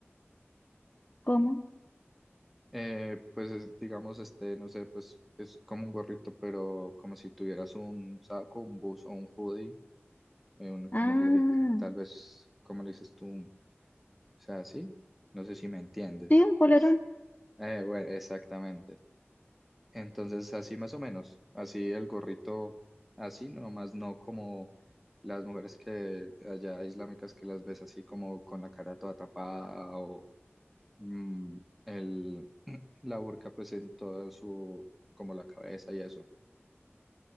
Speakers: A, on the left; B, in the centre.
A: ¿Cómo?
B: Eh, pues es, digamos, este, no sé, pues es como un gorrito, pero como si tuvieras un saco, un buzo, un hoodie, eh, un- como
A: Ah,
B: le, tal vez, como le dices tú, o sea, sí, no sé si me entiendes.
A: sí, un polerón.
B: Pues, eh, bueno, exactamente. Entonces, así más o menos, así el gorrito, así, nomás no como las mujeres que allá islámicas que las ves así como con la cara toda tapada mm, el, <clears throat> la burka pues en todo su, como la cabeza y eso.